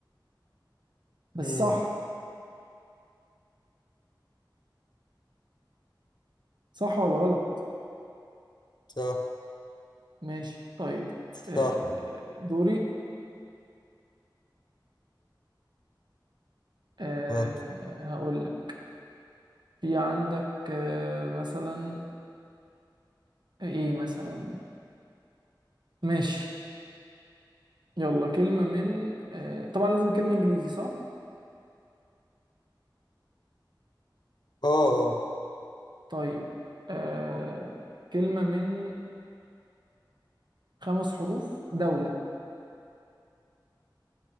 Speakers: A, on the right; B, on the left.
A: بس
B: مم.
A: صح صح ولا غلط
B: صح
A: ماشي طيب
B: صح
A: آه، آه، دوري آه،
B: غلط
A: آه، هقول لك في عندك آه، مثلا ايه مثلا ماشي يلا كلمة من آه، طبعا لازم كلمة انجليزي صح
B: اه اه
A: طيب آه، كلمة من خمس حروف دولة